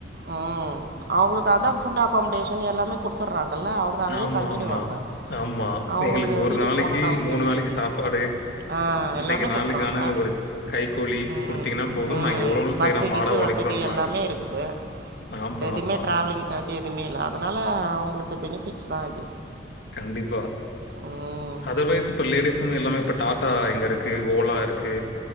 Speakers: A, on the right; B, on the left.
A: அ அவுங்குளுக் அதா ஃபுட் அகாமடேஷன் எல்லாமே குடுத்தட்றாங்கல்ல அவுங் க அங்கயே
B: ஆமா,
A: தங்கிடுவாங்க
B: ஆமா, ஆமா.
A: அவுங்குளுக்
B: எங்களுக்கு
A: வீட்டுக்
B: நாளைக்கு
A: போனுன் அவுசியோ இல்லயே
B: வேளைக்கு சாப்பாடு.
A: அ
B: இன்னைக்கு
A: எல்லாமே
B: நாளுக்கான
A: குத்துருவாங்க
B: ஒரு கைக்கூலி
A: ம்
B: குடுத்தீங்கன்னா போதும்.
A: ம்
B: நாங்க எவ்வளோ வேணாலும்
A: பஸ்ஸு
B: செய்றோம். மாடா
A: கிஸ்ஸு
B: உழைக்கிறோன்றாங்க.
A: வஸ் இது எல்லாமே இருக்குது
B: ஆமா,
A: எதுமே
B: ஆமா.
A: ட்ராவ்லிங் சார்ஜு எதுமே இல்ல அதனால அவுங்களுக்கு பெனிஃபிட்ஸ் தா இது
B: கண்டிப்பா
A: ம்
B: அதர்வைஸ் இப்ப லேடிஸு எல்லாமே இப்ப டாடா இங்க இருக்கு ஓலா இருக் கு